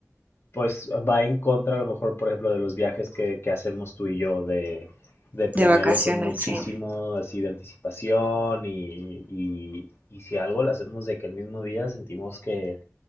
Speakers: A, on the left; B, on the right.
A: pues va en contra a lo mejor, por ejemplo, de los viajes que, que hacemos tú y yo, de, de planearlo
B: de vacaciones,
A: con muchísimo
B: sí,
A: así de anticipación y, y, y si algo lo hacemos de que el mismo día sentimos que